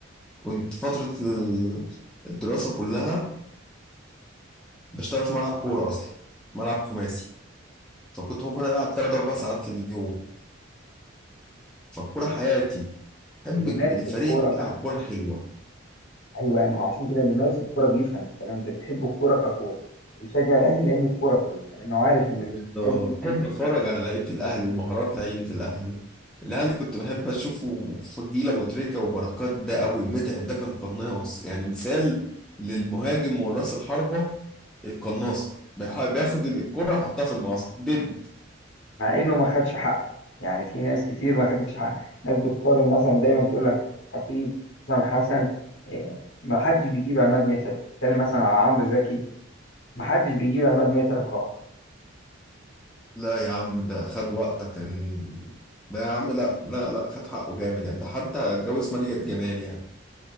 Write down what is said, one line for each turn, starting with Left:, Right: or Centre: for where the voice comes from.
Centre: كنت فترة ال- الدراسة كلها بشتغل في ملعب كورة أصلا ملعب خماسي فكنت ممكن ألعب تلات أربع ساعات في اليوم فالكورة
Left: اللي
Centre: حياتي بحب
Left: اللي مارس
Centre: الفريق
Left: الكورة
Centre: اللي بيلعب
Left: بقى
Centre: كورة حلوة
Left: ايوه ما هو عشان كده اللي مارس الكوره بيفهم الكلام ده بيحب الكوره ككوره بيشجع الاهلي لان الكوره كويسه لانه عارف ان
Centre: بالظبط.
Left: الناس دي بتبذل
Centre: بحب أتفرج
Left: مجهود.
Centre: على لعيبة الأهلي ومهارات لعيبة الأهلي الأهلي كنت بحب أشوفه فضيل أبو تريكة وبركات ده قوي متعب ده كان قناص يعني مثال للمهاجم والراس الحربة القناصة بيح- بياخد الكرة يحطها في المقص دب
Left: مع انه ما خدش حقه يعني في ناس كتير ما خدتش حقه ناس بتقارن مثلا دايما تقول لك خطيب حسام حسن آه، ما حدش بيجيب عماد متعب اتكلم مثلا على عمرو زكي ما حدش بيجيب عماد متعب خالص
Centre: لا يا عم ده خد وقتك كان ده يا عم لا لا لا خد حقه جامد يعني ده حتى اتجوز مالية جمال يعني